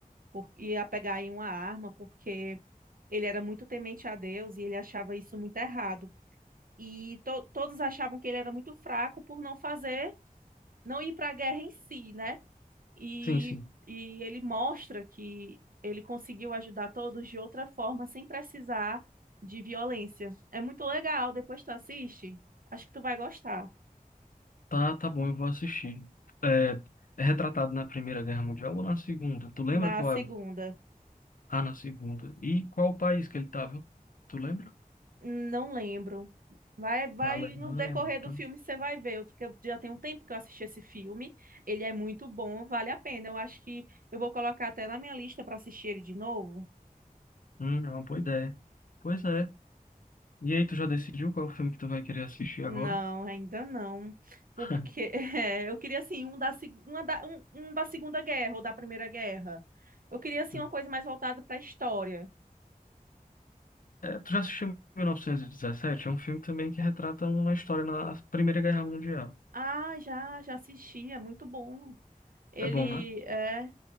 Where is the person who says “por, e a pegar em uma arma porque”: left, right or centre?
Right